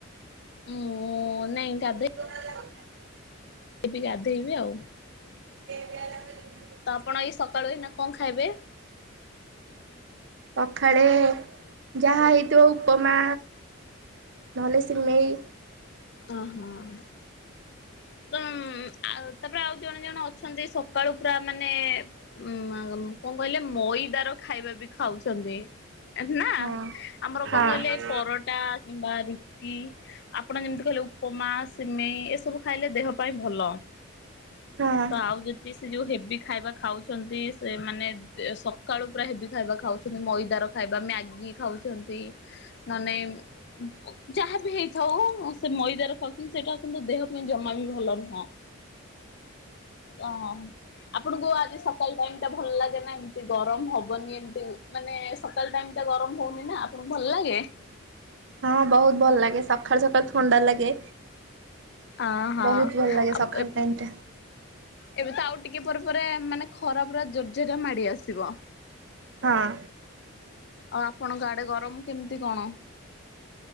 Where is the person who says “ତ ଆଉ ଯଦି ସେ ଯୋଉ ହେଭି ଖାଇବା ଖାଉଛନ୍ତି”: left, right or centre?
Left